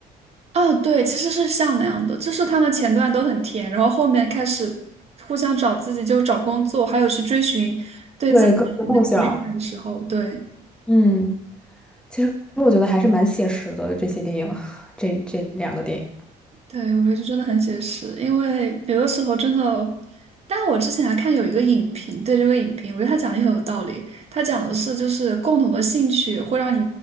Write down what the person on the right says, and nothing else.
啊，对，其实是像那样的，就是他们前段都很甜，然后后面开始互相找自己，就找工作，还有去追寻对自己那个热爱的时候，
对。
对，我觉得真的很写实，因为有的时候真的，但我之前还看有一个影评，对这个影评，我觉得他讲的也很有道理。他讲的是，就是共同的兴趣会让你